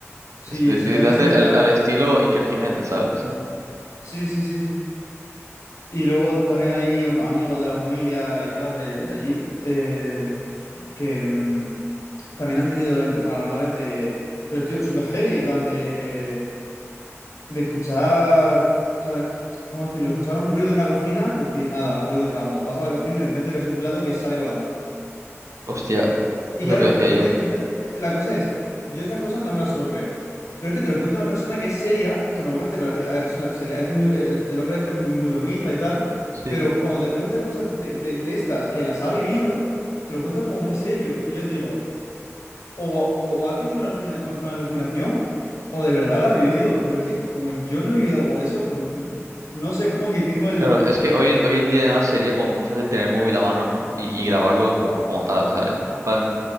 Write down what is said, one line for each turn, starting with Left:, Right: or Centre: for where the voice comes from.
Left: Sí,
Right: Es
Left: y
Right: li-
Left: el
Right: literalmente
Left: señor ese...
Right: al,
Left: la-
Right: al estilo Iker Jiménez, ¿sabes?
Left: Sí, sí, sí, sí. Y luego también hay am- amigos de la familia y tal de, de allí eh, que mm, también han tenido eventos paranormales de... Pero estoy súper heavy, en plan de, de escuchar... ¿sabes? ¿Cómo decirlo? Escuchar un ruido en la cocina, decir nada, un ruido random. Vas a la cocina y de repente ves un plato que sale volando.
Right: <laughs> Hostia,
Left: Y
Right: es
Left: claro,
Right: lo que decía
Left: pero
Right: yo.
Left: es que eso- eh, la cosa es, yo esas cosas no me las suelo creer. Pero es que te lo cuento a una persona que es seria, que normalmente, pero, eh, a ver, es una seria, es muy, eh, el, el hombre este es muy, muy bromista y tal,
Right: Sí.
Left: pero cuando te cuenta cosas de, de- de estas que las ha vivido, te lo cuenta como muy serio. Y yo digo, o, o ha tenido una, alucina- una alucinación, o de verdad la ha vivido. Pero es que como yo no he vivido algo de eso, pues, mm, no sé, es como que tengo el...
Right: Claro, es que hoy, hoy en día además sería como muy fácil tener el móvil a mano, ¿no? Y, y grabarlo co- como, tal, ¿sabes? Plan,